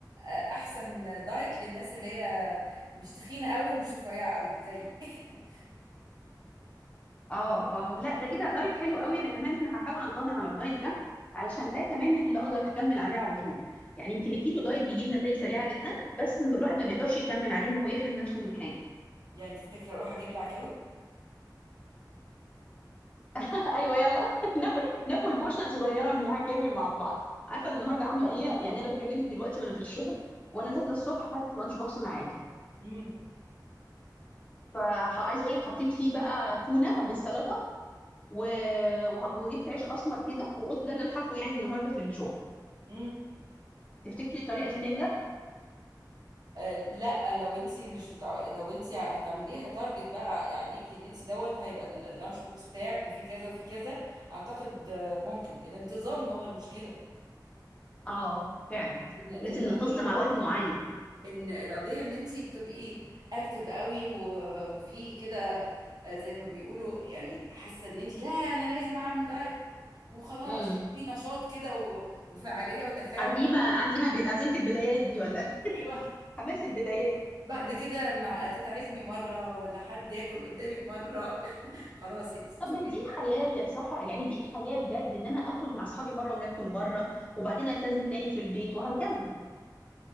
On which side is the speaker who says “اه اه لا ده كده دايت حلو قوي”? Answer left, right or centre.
Left